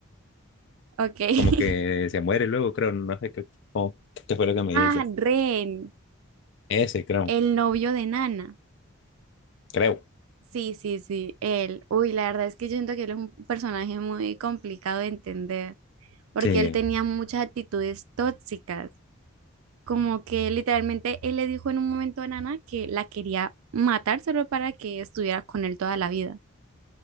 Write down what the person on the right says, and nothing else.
Ok. <laughs>
Ah, Ren,
el novio de Nana.
Sí, sí, sí, él. Uy, la verdad es que yo siento que él es un personaje muy complicado de entender, porque
él tenía muchas actitudes tóxicas. Como que literalmente él le dijo en un momento a Nana que la quería matar solo para que estuviera con él toda la vida.